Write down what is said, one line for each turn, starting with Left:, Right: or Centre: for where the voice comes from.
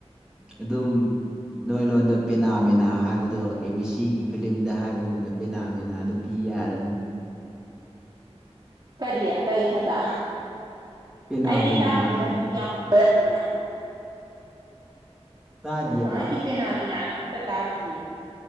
Centre: ꯑꯗꯨꯝ ꯅꯣꯏꯂꯣꯟꯗ ꯄꯦꯅꯥꯃꯤꯅꯥ ꯍꯥꯏꯕꯗꯣ ꯑꯦ ꯕꯤ ꯁꯤꯒꯤ ꯐꯤꯂꯝꯗ ꯍꯥꯏꯕꯒꯨꯝꯅ ꯄꯦꯅꯥ ꯃꯦꯅꯥꯗꯨ ꯄꯤ ꯌꯥꯔꯅꯤ
Right: ꯀꯔꯤ ꯀꯩ ꯍꯥꯏꯕ
Centre: ꯄꯦꯅꯥꯃꯤꯅꯥ
Right: ꯑꯩꯗꯤ ꯇꯥꯗ꯭ꯔꯤ
Centre: ꯍꯥꯏꯕꯗꯣ
Right: ꯅꯪꯗꯤ ꯌꯥꯝꯔꯅꯤꯅ
Centre: ꯇꯥꯗꯤꯌꯦꯕ
Right: ꯑ ꯑꯩꯗꯤ ꯄꯦꯅꯥꯃꯦꯅꯒ ꯑꯝꯇ ꯇꯥꯗꯤꯌꯦ